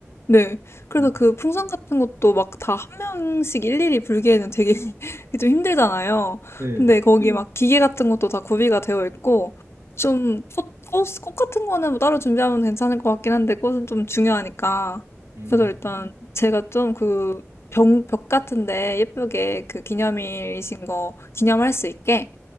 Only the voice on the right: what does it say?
어?
네.
음,